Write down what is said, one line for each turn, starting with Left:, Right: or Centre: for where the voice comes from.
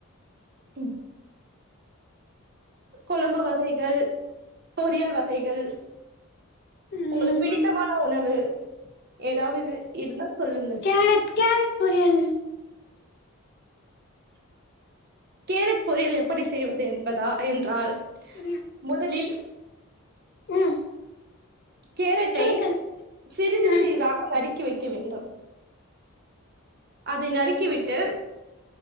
Right: ம் குழம்பு வகைகள் பொரியல் வகைகள்
Left: ம்
Right: உங்களுக்கு பிடித்தமான உணவு ஏதாவது இருந்தா சொல்லுங்கள்
Left: கேரட் கேரட் பொரியல்
Right: கேரட் பொரியல் எப்படி செய்வது என்பதா என்றால்
Left: தெரியு
Right: முதலில்
Left: ம்
Right: கேரட்டை
Left: சொல்லுங்கள்
Right: சிறிது
Left: ம்
Right: சிறிதாக நறுக்கி வைத் <unintelligible> வேண்டும் அதை நறுக்கி விட்டு